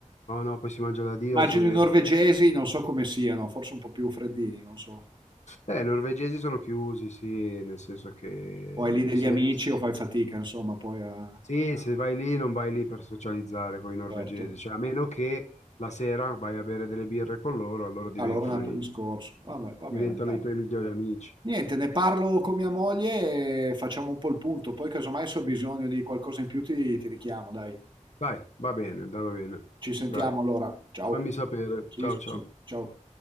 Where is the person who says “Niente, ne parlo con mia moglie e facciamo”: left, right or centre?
Right